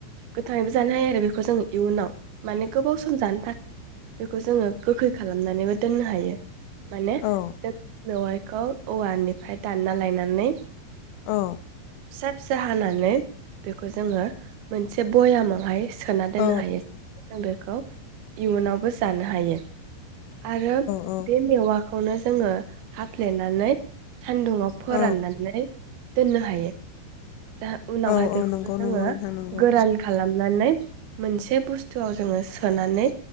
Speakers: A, on the right; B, on the left.
A: गोथाङैबो जानो हायो आरो बेखौ जों इयुनाव माने गोबाव सम जानो <unintelligible> बेखौ जोङो गोखै खालामनानैबो दोननो हायो। माने
B: औ
A: <unintelligible> मेवाइखौ औवानिफ्राय दानना लायनानै
B: औ
A: फिसा- फिसा हानानै बेखौ जोङो मोनसे ब'यामावहाय सोना दोननो
B: औ
A: हायो <inaudible> जों बेखौ इयुनावबो जानो हायो आरो
B: औ
A: बे मेवा खौनो जोङो हाफ्लेनानै सान्दुंङाव फोराननानै
B: औ
A: दोननो हायो <inaudible> उनावहाय
B: औ औ
A: बेखौबो
B: नंगौ
A: जोङो
B: नंगौ नोंथां नंगौ
A: गोरान खालामनानै मोनसे बुस्थुआव जोङो सोनानै